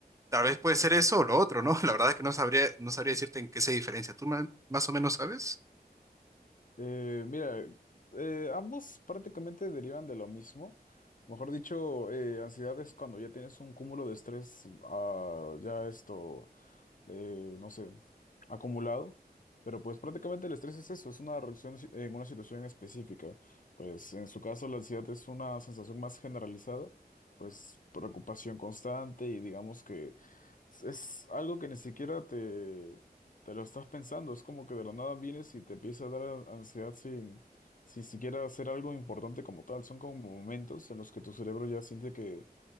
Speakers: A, on the right; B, on the left.
A: tal vez puede ser eso o lo otro, ¿no? <laughs> La verdad es que no sabría, no sabría decirte en qué se diferencia. ¿Tú ma- más o menos sabes?
B: Eh, mira, eh, ambos prácticamente derivan de lo mismo. Mejor dicho, eh, ansiedad es cuando ya tienes un cúmulo de estrés, ah, ya esto, eh, no sé, acumulado. Pero pues prácticamente el estrés es eso, es una reacción si- en una situación específica. Pues en su caso la ansiedad es una sensación más generalizada, pues preocupación constante y digamos que es algo que ni siquiera te, te lo estás pensando. Es como que de la nada vienes y te empieza a dar a- ansiedad sin, sin siquiera hacer algo importante como tal. Son como momentos en los que tu cerebro ya siente que